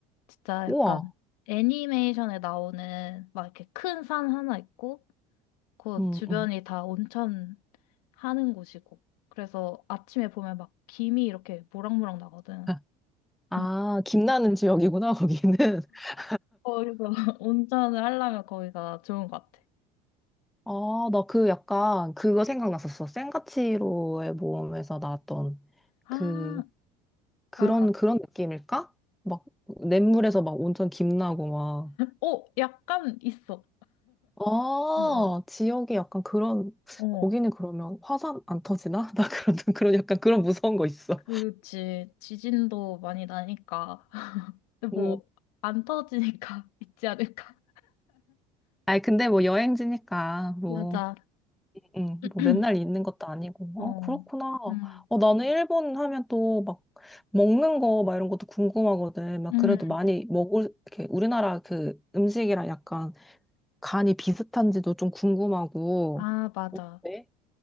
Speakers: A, on the left; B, in the centre.
A: 진짜
B: 우와,
A: 약간 애니메이션에 나오는 막 이렇게 큰 산 하나 있고, 그
B: 응,
A: 주변이
B: 응.
A: 다 온천 하는 곳이고. 그래서 아침에 보면 막 김이 이렇게 모락모락 나거든.
B: 아, 아,
A: 그래서
B: 김나는 지역이구나, 거기는. <laughs>
A: 거기서 <laughs> 온천을 하려면 거기가 좋은 것 같아.
B: 아, 나 그 약간 그거 생각났었어. 센과 치로의 모험에서 나왔던
A: 아,
B: 그 그런
A: 알아.
B: 그런 느낌일까? 막 냇물에서 막 온천 김나고 막.
A: 어, 약간 있어.
B: 아,
A: 어, 어.
B: 지역이 약간 그런
A: 어,
B: 거기는 그러면 화산 안 터지나? <laughs> 나 그런 그런 약간 그런 무서운 거 있어.
A: 그치. 지진도 많이 나니까.
B: 음.
A: 뭐, 안 터지니까 <laughs> 있지 않을까?
B: 아니 근데 뭐 여행지니까 뭐
A: 맞아.
B: 음,
A: <clears throat>
B: 뭐 맨날 있는 것도 아니고.
A: 어,
B: 어, 그렇구나.
A: 음,
B: 어, 나는 일본 하면 또 막 먹는 거 막 이런 것도 궁금하거든. 막
A: 음,
B: 그래도 많이 먹을 이렇게 우리나라 그 음식이랑 약간 간이 비슷한지도 좀 궁금하고.
A: 아, 맞아.
B: 어때?